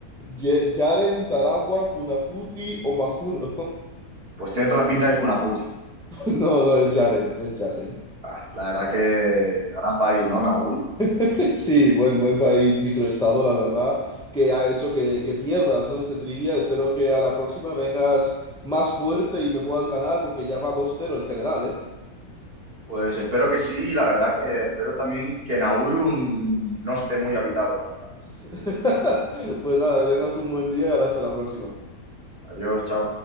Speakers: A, in the centre; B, on the right.
A: Ye- Yaren, Taragua, Funafuti o Majuro. <laughs>
B: Pues tiene toda la pinta de Funafuti.
A: No, no, es Yaren, es Yaren.
B: Ah, la verdad que gran país, ¿no? Nauru.
A: <laughs> Sí, buen, buen país, microestado, la verdad, que ha hecho que, que pierdas, ¿no? Este trivia. Espero que a la próxima vengas más fuerte y me puedas ganar porque ya va dos cero el general, ¿eh?
B: Pues espero que sí, y la verdad que espero también que Nauru mm, no esté muy habitado nunca.
A: <laughs> Pues nada, que tengas un buen día y hasta la próxima.
B: Adiós, chao.